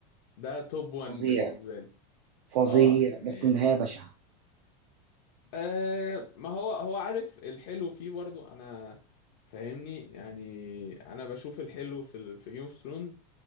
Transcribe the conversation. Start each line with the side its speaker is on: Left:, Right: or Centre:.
Left: ده توب 1
Right: فظيع
Left: بالنسبه لي
Right: فظيع
Left: اه يعني
Right: بس النهايه بشعه
Left: آه ما هو هو عارف الحلو فيه برضو انا فاهمني يعني انا بشوف الحلو في ال... في جيم اوف ثرونز